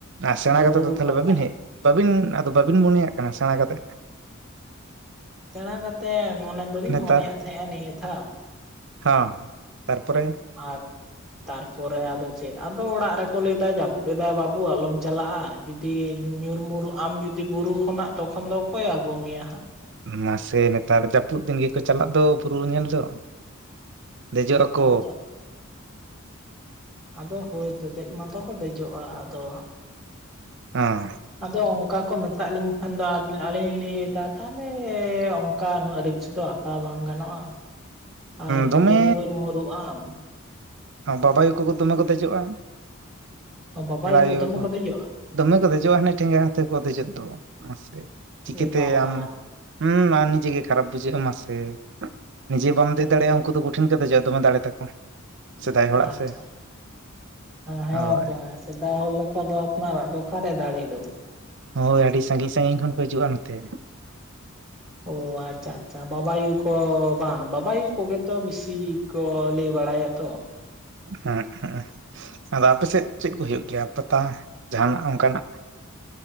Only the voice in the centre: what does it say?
ᱚᱱᱟ
ᱵᱩᱨᱩ
ᱯᱟᱛᱟ
ᱥᱮᱬᱟ ᱠᱟᱛᱮᱫ ᱢᱚᱱᱮ ᱫᱚᱞᱤᱧ
ᱢᱚᱱᱮᱭᱮᱫ ᱛᱟᱦᱮᱸᱱᱟ ᱱᱤᱭᱟᱹ ᱫᱷᱟᱣ᱾
<unintelligible> ᱛᱟᱨᱯᱚᱨᱮ ᱟᱫᱚ ᱪᱮᱫ ᱟᱫᱚ ᱚᱲᱟᱜ ᱨᱮᱠᱚ ᱞᱟᱹᱭ ᱮᱫᱟ ᱡᱟᱹᱯᱩᱫ ᱮᱫᱟᱭ ᱵᱟᱹᱵᱩ ᱟᱞᱚᱢ ᱪᱟᱞᱟᱜᱼᱟ᱾ ᱡᱩᱫᱤ ᱧᱩᱨ ᱢᱩᱨ ᱟᱢ ᱡᱩᱫᱤ ᱵᱩᱨᱩ ᱠᱷᱚᱱᱟᱜ ᱛᱚᱠᱷᱚᱱ ᱫᱚ ᱚᱠᱚᱭ ᱟᱹᱜᱩ ᱢᱮᱭᱟ ᱦᱟᱸᱜ᱾
<inaudible> ᱟᱫᱚ ᱦᱳᱭᱛᱚ ᱫᱮᱡ ᱢᱟᱛᱚ ᱠᱚ ᱫᱮᱡᱚᱜᱼᱟ, ᱟᱫᱚ
ᱟᱫᱚ ᱚᱱᱠᱟ ᱠᱚ ᱢᱮᱛᱟᱜ ᱞᱤᱧᱟ᱾ ᱠᱷᱟᱱ ᱫᱚ ᱟᱫᱚ ᱟᱹᱞᱤᱧ ᱞᱤᱧ ᱞᱟᱹᱭ ᱮᱫᱟ ᱛᱟᱦᱚᱞᱮ ᱚᱝᱠᱟ ᱩᱱᱟᱹᱜ ᱨᱤᱠᱥ ᱫᱚ ᱦᱟᱛᱟᱣ ᱵᱟᱝ ᱜᱟᱱᱚᱜᱼᱟ᱾ ᱟᱨ
ᱡᱩᱫᱤ ᱧᱩᱨ-ᱢᱩᱨᱩᱜ ᱟᱢ᱾
ᱵᱟᱵᱟᱭ
ᱫᱚᱢᱮ
ᱫᱮᱡᱚᱜᱼᱟ
ᱮ ᱵᱟᱵᱟ
ᱚ
ᱟᱪᱪᱷᱟ
ᱦᱮᱸ
ᱛᱟ ᱥᱮᱫᱟᱭ ᱦᱚᱲ ᱞᱮᱠ ᱚᱱᱠᱟ ᱫᱚ ᱟᱯᱱᱟᱨᱟᱜ ᱫᱚ ᱟᱠᱟᱨᱮ ᱫᱟᱲᱮ ᱫᱚ᱾
ᱚ ᱟᱪᱪᱷᱟ ᱟᱪᱪᱷᱟ ᱵᱟᱵᱟᱭᱩ ᱠᱚ ᱵᱟᱝ ᱵᱟᱵᱟ ᱟᱭᱩ ᱠᱚᱜᱮᱛᱚ ᱵᱤᱥᱤ ᱠᱚ ᱞᱟᱹᱭ ᱵᱟᱲᱟᱭᱟ ᱛᱚ᱾